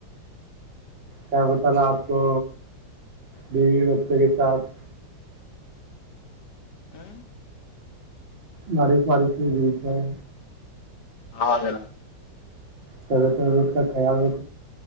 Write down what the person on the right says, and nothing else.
کیا بتا رہا آپ کو بیوی بچوں کے ساتھ
لاریش واریش کو گئی جاؤ
سر تو رگ کا خیال ر